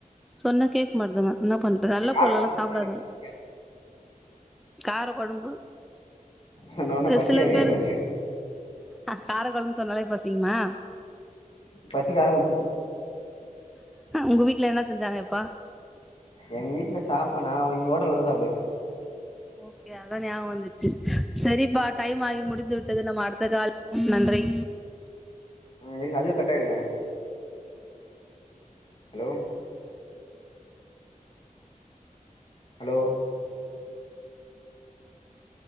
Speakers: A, in the centre; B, on the left.
A: சொன்ன கேட்க மாட்துங்க என்ன பண்ற நல்ல
B: கார
A: பொருலலா
B: கொழம்பு சாப்ட
A: சாப்டாதுங்
B: எனக்கு பிடிக்காது,
A: கார கொழம்பு
B: சொன்னோனே பசி
A: சில
B: எனக்கே
A: பேரு
B: பசிக்க
A: காரக் கொழம்புன்னு சொன்னாலே பசிக்குமா
B: பசிக்க ஆரம்ச்
A: உங்க வீட்ல என்ன செஞ்சாங்க இப்ப
B: எங்க வீட்டுல சாப்னா இங்க ஹோட்டல்ல தா சாப்டுவே
A: ஓகே அதான் ஞாவகம் வந்துச்சு சரிப்பா டைம்
B: ம்
A: ஆகி முடிந்து விட்டது நம்ம அடுத்த கால் நன்றி
B: ம் இருங்க அதுவே கட் ஆயிடுங்க அலோ ஹலோ